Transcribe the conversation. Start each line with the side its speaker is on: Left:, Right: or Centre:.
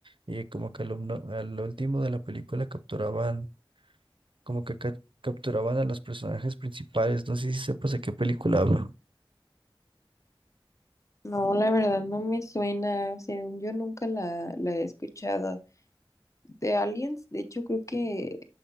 Right: Y como que al, omno- al último de la película capturaban, como que ca- capturaban a los personajes principales. No sé si sepas de qué película hablo.
Left: No, la verdad no me suena, según yo nunca la, la he escuchado. De Aliens, de hecho creo que